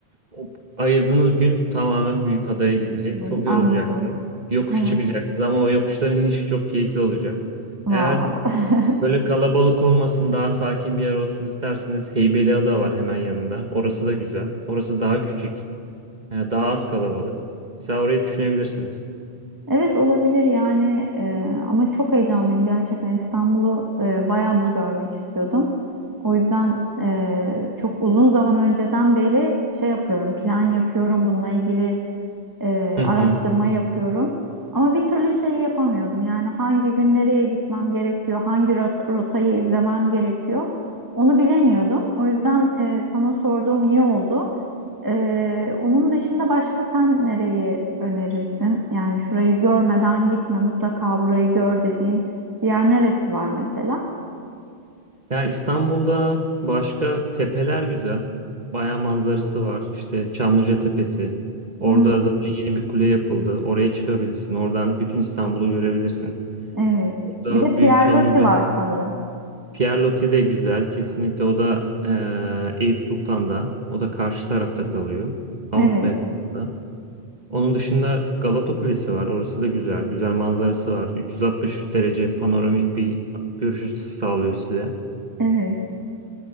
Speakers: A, on the right; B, on the right.
A: o ayırdığınız gün tamamen büyük adaya gidecek.
B: Hmm,
A: Çok yorulacaksınız.
B: Anladım.
A: Yokuş
B: Evet.
A: çıkacaksınız ama o yokuşların inişi çok keyifli olacak.
B: Wow.
A: Eğer
B: <laughs>
A: böyle kalabalık olmasın, daha sakin bir yer olsun isterseniz Heybeliada var hemen yanında. Orası da güzel. Orası daha küçük, e, daha az kalabalık. Mesela orayı düşünebilirsiniz.
B: Evet olabilir yani e, ama çok heyecanlıyım gerçekten İstanbul'u e, bayağıdır görmek istiyordum. O yüzden e, çok uzun zaman önceden beri şey yapıyorum, plan yapıyorum bununla ilgili e,
A: Hı
B: araştırma
A: hı.
B: yapıyorum. Ama bir türlü şeyi yapamıyordum. Yani hangi gün nereye gitmem gerekiyor, hangi rot- rotayı izlemem gerekiyor, onu bilemiyordum. O yüzden e, sana sorduğum iyi oldu. E, onun dışında başka sen nereyi önerirsin? Yani şurayı görmeden gitme, mutlaka burayı gör dediğin bir yer neresi var mesela?
A: Ya İstanbul'da başka tepeler güzel. Bayağı manzarası var. İşte Çamlıca Tepesi. Orada
B: Hmm,
A: zaten yeni bir kule yapıldı. Oraya çıkabilirsin. Oradan bütün İstanbul'u görebilirsin.
B: evet.
A: Orada
B: Bir de Pierre
A: Büyük Çamlıca.
B: Loti var sanırım.
A: Pierre de güzel. Kesinlikle o da eee Eyüp Sultan'da. O da karşı tarafta kalıyor. Avrupa
B: Evet,
A: yakasında. Onun dışında Galata Kulesi var. Orası da güzel. Güzel manzarası var. 360 derece panoramik bir görüş açısı sağlıyor size.
B: evet.